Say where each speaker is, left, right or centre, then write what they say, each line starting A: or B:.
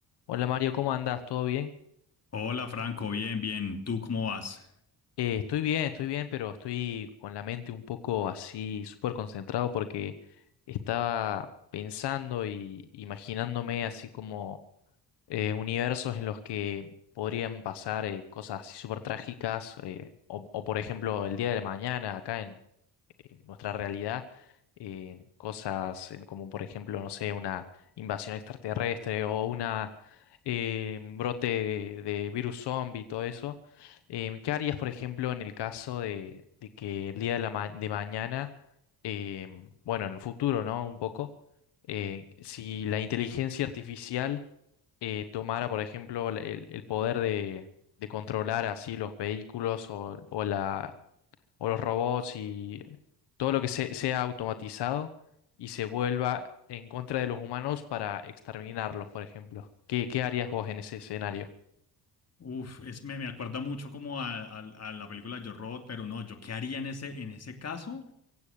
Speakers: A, on the left; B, on the left.
A: Hola Mario, ¿cómo andas? ¿Todo bien?
B: Hola Franco, bien, bien. ¿Tú cómo vas?
A: Eh, estoy bien, estoy bien, pero estoy con la mente un poco así, súper concentrado porque estaba pensando y imaginándome así como eh, universos en los que podrían pasar eh, cosas así súper trágicas, eh, o, o, por ejemplo el día de la mañana acá en, en nuestra realidad, eh, cosas eh, como por ejemplo, no sé, una invasión extraterrestre o una... eh, un brote de, de virus zombie y todo eso. Em, ¿qué harías, por ejemplo, en el caso de, de que el día de la ma- de mañana, em, bueno, en el futuro, ¿no? Un poco, eh, si la inteligencia artificial eh, tomara, por ejemplo, la- el, el poder de, de controlar así los vehículos o, o la, o los robots y todo lo que se- sea automatizado y se vuelva en contra de los humanos para exterminarlos, por ejemplo. ¿Qué, qué harías vos en ese escenario?
B: Uf, es, me, me acuerda mucho como a, a- a la película Yo Robot, pero no, ¿yo qué haría en ese, en ese caso?